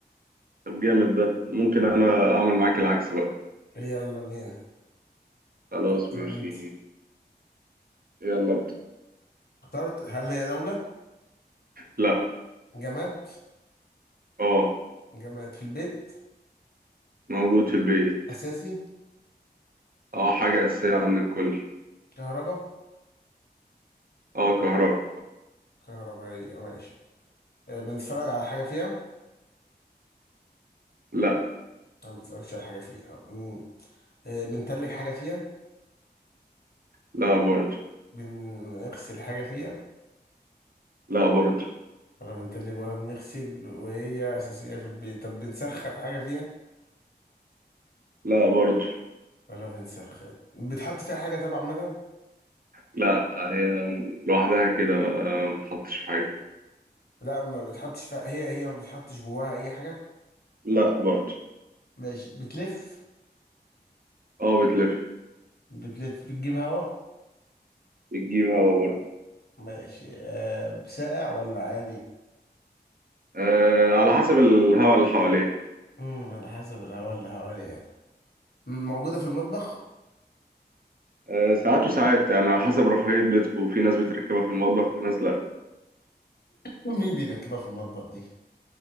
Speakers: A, on the right; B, on the left.
A: طب جامد ده ممكن انا اعمل معاك العكس بقى
B: يلا بينا
A: خلاص
B: اختار
A: ماشي
B: أنت
A: يلا ابدا
B: اخترت هل هي دولة
A: لا
B: جماد
A: اه
B: جماد في البيت
A: موجود في البيت
B: أساسي
A: اه حاجه اساسيه عند الكل
B: كهرباء
A: اه كهرباء
B: كهربائية ماشي آه، بنتفرج على حاجة فيها
A: لا
B: ما بنتفرجش على حاجة فيها مم. آه، بنتلج حاجة فيها
A: لا برضه
B: بنغسل حاجة فيها
A: لا برضه
B: ولا بنتلج ولا بنغسل وهي أساسية في البيت طب بنسخن حاجة فيها
A: لا برضه
B: ولا بنسخن بتحط فيها حاجة طبعا مدام
A: لا هي لوحدها كده ما ما بتحطش في حاجة
B: لا ما بتحطش فيها هي هي ما بتحطش جواها أي حاجة
A: لا برضه
B: ماشي بتلف
A: اه بتلف
B: بتلف بتجيب هوا
A: بتجيب هوا برضه
B: ماشي أه ساقع ولا عادي
A: آه على حسب الهوا اللي حواليها
B: امم على حسب الهوا اللي حوالي يعني مم، موجودة في المطبخ
A: آه ساعات وساعات يعني على حسب رفاهية بيتكم في ناس بتركبها في المطبخ وفي ناس لا
B: مين بيركبها في المطبخ دي